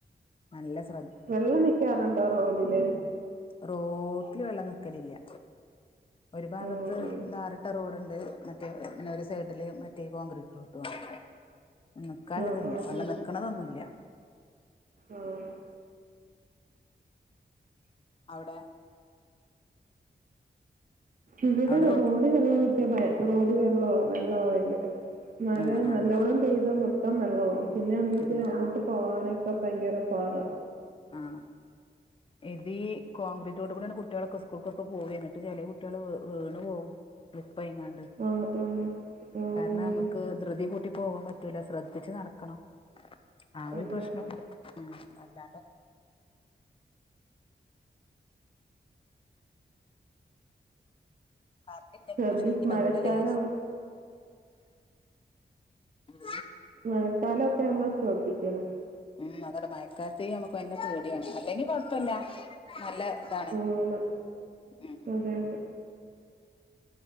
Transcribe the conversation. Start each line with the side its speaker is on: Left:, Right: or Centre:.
Left: നല്ല സ്
Right: വെള്ളം നിക്കാറുണ്ടോ റോഡില്
Left: റോട്ടില് വെള്ളം നിക്കലില്ല്യ ഒരു ഭാഗത്ത്
Right: ആഹ് ആഹ്.
Left: ടാറിട്ട റോഡുണ്ട് മറ്റേ പിന്നെ ഒരു സൈഡില് മറ്റേ കോൺക്രീറ്റ് റോഡുവാണ് നിക്കാല്ലതില്ല
Right: ആഹ് ആഹ്
Left: വെള്ളം നിക്കണതൊന്നും ഇല്ല
Right: ഉം
Left: അവിടെ
Right: ഇവിടെ
Left: അവിടെ റോട്ട്
Right: റോഡിൽ വെള്ളം നി ക്കുന്നേ റോഡിൽ വെള്ളവാ വെള്ളവാ ഭയങ്കരം മഴ
Left: ആഹ് ആഹ്
Right: നല്ലോണം പെയ്താ മൊത്തം വെള്ളവാകും പിന്നെ നമ്മക്ക്
Left: ആഹ്
Right: അങ്ങോട്ട് പോകാന് ഇപ്പം ഭയങ്കര പാട
Left: ആ ഇതീ കോൺക്രീറ്റ് റോഡിൽ കൂടിയാണ് കുട്ടികളൊക്കെ സ്കൂൾക്കൊക്കെ പോവുക എന്നിട്ട് ചെല കുട്ടികള് വി വീണ് പോകും <unintelligible>
Right: ആഹ് ആഹ്. ആഹ്
Left: കാരണം
Right: ആഹ്.
Left: നമുക്ക് ധൃതി കൂട്ടി പോവാൻ പറ്റൂല ശ്രദ്ധിച്ച് നടക്കണം ആ ഒരു
Right: അതെ
Left: പ്രശ്നം
Right: അതെ.
Left: <inaudible> അല്ലാണ്ട് <inaudible>
Right: ശ്രദ്ധിച്ച് മഴക്കാലം
Left: ഉം
Right: മഴക്കാലൊക്കെ ആവുമ്പോ ശ്രദ്ധിക്കണം
Left: ഉം അതാണ് മഴക്കാലത്തേ നമുക്ക് നല്ല പേടിയാണ് അല്ലെങ്കി കൊഴപ്പില്ല നല്ല ഇതാണ്
Right: ആണ്
Left: ഉം
Right: അതെ അതെ